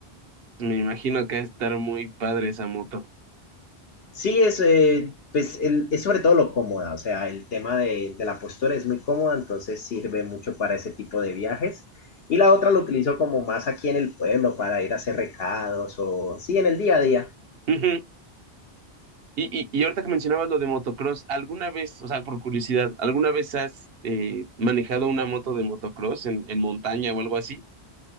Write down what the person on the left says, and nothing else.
Sí, es, eh, pues, el- es sobre todo lo cómoda, o sea, el tema de, de la postura es muy cómoda, entonces sirve mucho para ese tipo de viajes. Y la otra lo utilizo como más aquí en el pueblo para ir a hacer recados o, sí, en el día a día.